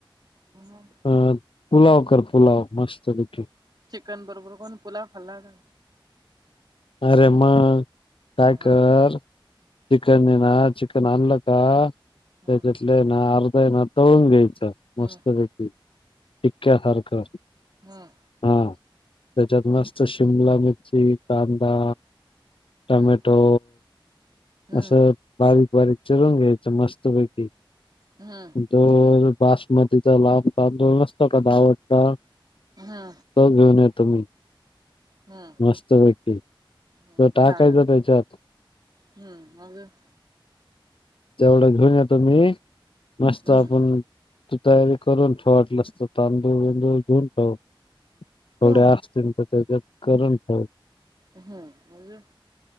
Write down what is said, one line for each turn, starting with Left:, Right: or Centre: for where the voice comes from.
Right: मग
Left: अ पुलाव कर पुलाव मस्त पैकी.
Right: चिकन बरोबर कोण पुलाव खाल्ला का?
Left: अरे मग काय
Right: हा
Left: कर चिकन येना चिकन आणलं का
Right: हम्म
Left: त्याच्यातल ना अर्धा तळुन घ्यायचं.
Right: हम्म
Left: मस्त पैकी टिक्या सारखं.
Right: हां.
Left: हा त्याच्यात मस्त शिमला मिरची, कांदा, टमॅटो
Right: हम्म हम्म
Left: असं... बारीक बारीक चिरुन घ्यायचं मस्त पैकी
Right: हूं.
Left: दोन बासमतीचा लांब तांदुळ नसतो का दावतचा
Right: हा.
Left: तो घेऊन येतो मी.
Right: हम्म
Left: मस्तपैकी... तो
Right: हम्म
Left: टाकायचा
Right: चालेल
Left: त्याच्यात
Right: हम्म... अजून
Left: तेवढा घेऊन येतो मी... मस्त
Right: हम्म
Left: आपण तू तयारी करून ठेव वाटलस तर... तांदूळ बिंदूळ धुवून ठेव... थोडे
Right: हो
Left: अस त्याच्यात करून ठेव.
Right: हम्म... अजून?